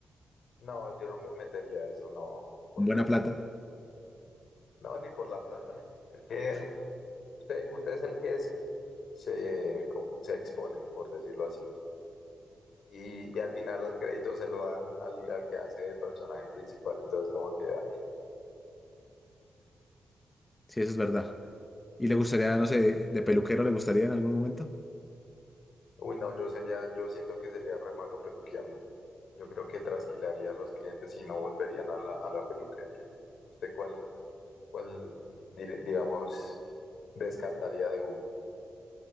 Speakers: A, on the left; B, on the left.
A: No, yo no me metería a eso, no, porque
B: Buena plata.
A: no, ni por la plata. Es que Usted, usted es el que es, se, como- se expone, por decirlo así. Y, y al final el crédito se lo dan al, al que hace de personaje principal. Entonces, como que, ah,
B: Sí, eso es verdad. ¿Y le gustaría, no sé, de, peluquero le gustaría en algún momento?
A: uy, no, yo sería, yo siento que sería re malo peluqueando. Yo creo que trasquilaría a los clientes y no volverían a la, a la peluquería. ¿Usted cuál, cuál, dire- digamos, descartaría de uno?